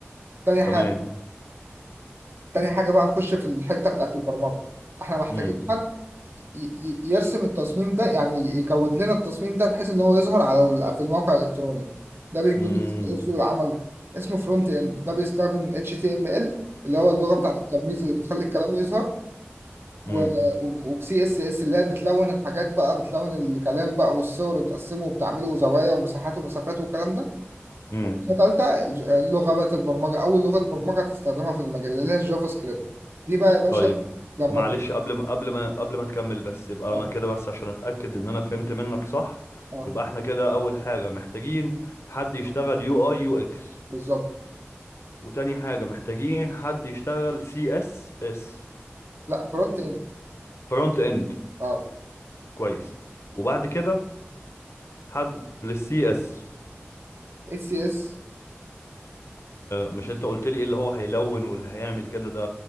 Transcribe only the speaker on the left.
تمام
مم.
مم.
مم.
مم.
طيب
معلش
قبل ما قبل ما قبل ما تكمل بس يبقى
انا كده بس عشان اتاكد ان انا فهمت منك صح
يبقى احنا كده اول حاجه محتاجين حد يشتغل يو اي يو اكس
وتاني حاجه محتاجين حد يشتغل سي اس اس
فرونت اند
كويس وبعد كده حد للسي اس
مش انت قلت لي ايه اللي هو هيلون واللي هيعمل كده ده